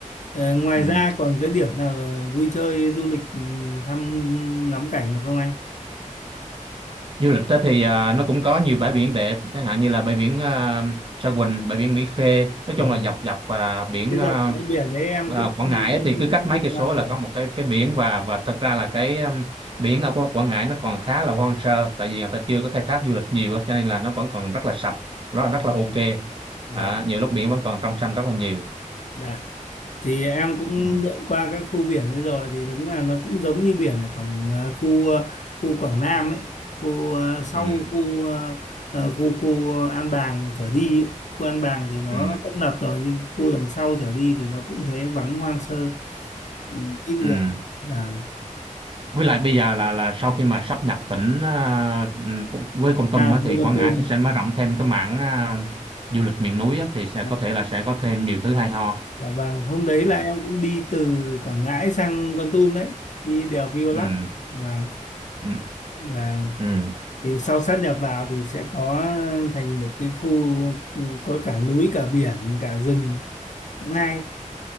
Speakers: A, on the left; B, on the right.
A: Ờ, ngoài
B: ừ.
A: ra còn cái điểm nào vui chơi du lịch ừ, thăm ngắm cảnh được không anh?
B: Du lịch đó thì à, nó cũng có nhiều bãi biển đẹp, chẳng hạn như là bãi biển à, Sa Huỳnh, bãi biển Mỹ Khê. Nói
A: Và
B: chung là dọc dọc à, biển
A: cái
B: à,
A: dọc bãi biển đấy em
B: à,
A: cũng
B: Quảng
A: cũng
B: Ngãi ấy, thì cứ
A: cũng
B: cách mấy
A: đi
B: cây
A: qua
B: số
A: rồi.
B: là có một cái cái biển và và thật ra là cái um, biển ở Quảng Quảng Ngãi nó còn khá là hoang sơ, tại vì người ta chưa có khai thác du lịch nhiều, á, cho nên là nó vẫn còn rất là sạch, rất rất
A: Vâng,
B: là ok.
A: vâng,
B: À, nhiều lúc biển vẫn còn trong xanh rất là nhiều.
A: dạ. Thì em cũng
B: Ừ,
A: lượn qua các khu biển ấy rồi thì đúng là nó cũng giống như biển ở Quảng ờ, khu ờ, khu Quảng Nam ấy, khu ờ, sau
B: ừ,
A: khu ờ, ờ, khu khu An Bàng trở đi ấy. Khu An Bàng thì nó
B: ừ,
A: tấp nập rồi nhưng khu đằng sau trở đi thì nó cũng thế vắng hoang sơ, ừ, ít người.
B: ừ.
A: Và
B: Với lại bây giờ là là sau khi mà sáp nhập tỉnh à, ừ, với Kon Tum
A: à,
B: á,
A: như
B: thì Quảng
A: Con Tum.
B: Ngãi thì sẽ mở rộng thêm cái mảng à, du lịch miền núi á, thì sẽ
A: Dạ,
B: có thể là sẽ có thêm nhiều thứ hay ho.
A: dạ vâng, hôm đấy là
B: À,
A: em cũng đi từ Quảng Ngãi sang Con Tum đấy, đi đèo Violac
B: ừ,
A: và
B: ừ,
A: và
B: ừ.
A: thì sau sát nhập vào thì sẽ có thành một cái khu ừ, có cả núi cả biển cả rừng cũng hay